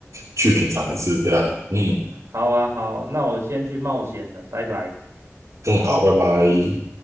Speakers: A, on the right; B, on the right.
A: 去品尝一次，这样。嗯，
B: 好啊，好，那我先去冒险了，拜拜。
A: 更好，拜拜。